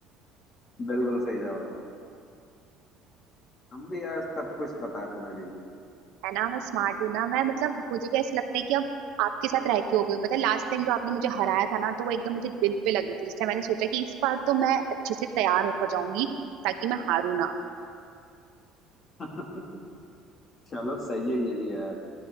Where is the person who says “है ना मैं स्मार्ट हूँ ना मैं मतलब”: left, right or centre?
Right